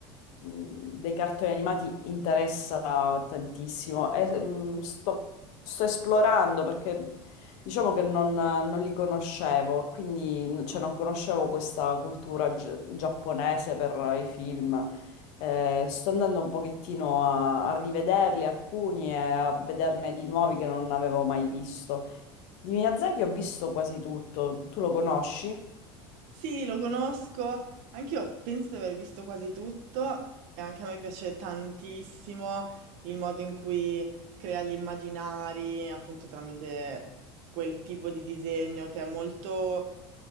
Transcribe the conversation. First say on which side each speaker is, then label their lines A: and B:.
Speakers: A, on the left; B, on the right.
A: dei cartoni animati interessa tantissimo. E, mh, sto Sto esplorando perché diciamo che non, non li conoscevo, quindi cioè, non conoscevo questa cultura gi- giapponese per i film. Eh, sto andando un pochettino a, a rivederli alcuni e a vederne di nuovi che non avevo mai visto. Di Miyazaki ho visto quasi tutto. Tu lo conosci? È
B: sì, lo conosco. Anch'io penso di aver visto quasi tutto e anche a me piace tantissimo il modo in cui crea gli immaginari, appunto tramite quel tipo di disegno che è molto...